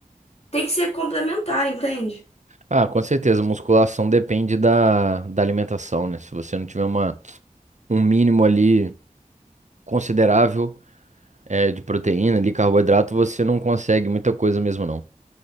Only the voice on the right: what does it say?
Ah, com certeza, musculação depende da, da alimentação, né? Se você não tiver uma, um mínimo ali considerável, eh, de proteína, de carboidrato, você não consegue muita coisa mesmo, não.